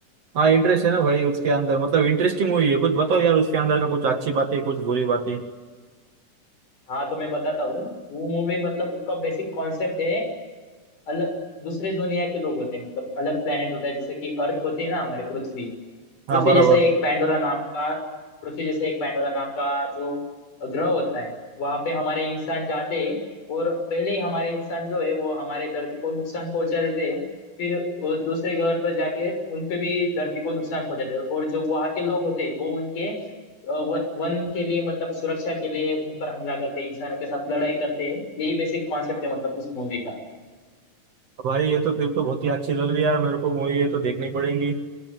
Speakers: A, on the right (about 55°); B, on the left (about 70°).
A: हाँ इंटरेस्ट है ना भाई उसके अंदर मतलब इंटरेस्टिंग मूवी है कुछ बताओ यार उसके अंदर का कुछ अच्छी बातें कुछ बुरी बातें
B: हाँ तो मैं बताता हूँ वो मूवी मतलब उसका बेसिक कॉन्सेप्ट है अलग दूसरे दुनिया के लोग होते हैं मतलब अलग प्लेनेट होता है जैसे कि अर्थ होती है ना हमारे पृथ्वी पृथ्वी
A: हाँ बराबर
B: जैसा एक पैंडोरा नाम का पृथ्वी जैसा एक पैंडोरा नाम का जो ग्रह होता है वहां पे हमारे इंसान जाते हैं और पहले ही हमारे इंसान जो है वो हमारे धरती को नुकसान पहुंचा देते हैं फिर वो दूसरे ग्रह पर जाके उनपे भी धरती को नुकसान पहुंचाते हैं और जो वहाँ के लोग होते हैं वो उनके अ, व- वन के लिए मतलब सुरक्षा के लिए उन पर हमला करते हैं इंसानों के साथ लड़ाई करते हैं यही बेसिक कॉन्सेप्ट है मतलब उस मूवी का
A: भाई ये तो फिर तो बहुत ही अच्छी लग रही है यार मेरे को मूवी ये तो देखनी पड़ेगी